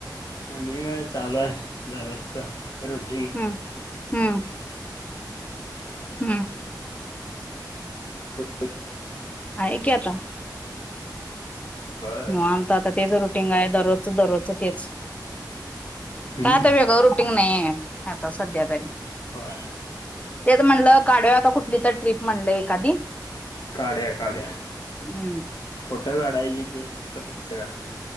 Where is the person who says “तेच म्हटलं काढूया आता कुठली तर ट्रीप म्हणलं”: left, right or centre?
Left